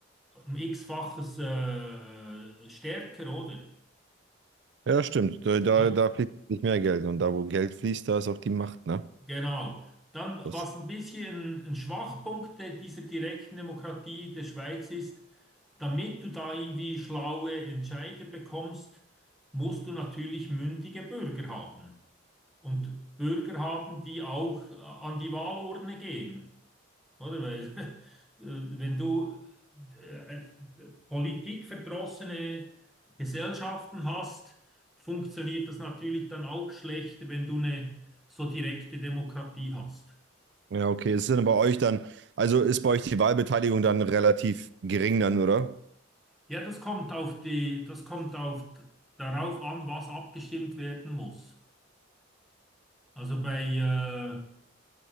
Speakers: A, in the centre; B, on the right (about 60°).
A: um x-faches äh, stärker, oder?
B: Ja, stimmt. Da, da,
A: Ne?
B: da fließt nicht mehr Geld. Und da, wo Geld fließt, da ist auch die Macht, ne?
A: Genau. Dann,
B: Das,
A: was ein bisschen ein Schwachpunkt der, dieser direkten Demokratie der Schweiz ist, damit du da irgendwie schlaue Entscheider bekommst, musst du natürlich mündige Bürger haben. Und Bürger haben, die auch äh, an die Wahlurne gehen. Oder? Weil, <laughs> äh, wenn du äh, politikverdrossene Gesellschaften hast, funktioniert das natürlich dann auch schlechter, wenn du eine so direkte Demokratie hast.
B: ja, okay. Ist denn bei euch dann, also ist bei euch die Wahlbeteiligung dann relativ gering dann, oder?
A: Ja, das kommt auf die, das kommt auf, darauf an, was abgestimmt werden muss. Also bei, äh,